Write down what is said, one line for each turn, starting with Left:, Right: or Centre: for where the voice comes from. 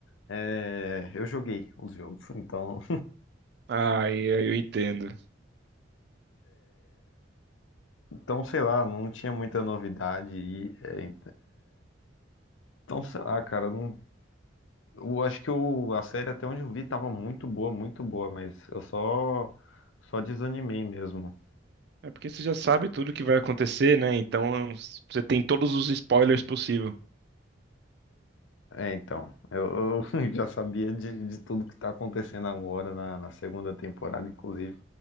Left: é, eu joguei os jogos, <laughs> então
Right: Ah, eu eu entendo.
Left: Então, sei lá, não tinha muita novidade. E, é, então, sei lá, cara, não- eu acho que o- a série, até onde eu vi, tava muito boa, muito boa, mas eu só, só desanimei mesmo.
Right: É porque você já sabe tudo que vai acontecer, né? Então é um- você tem todos os spoilers possível.
Left: É, então, eu, eu <laughs> já sabia de, de tudo que tá acontecendo agora na, na segunda temporada, inclusive.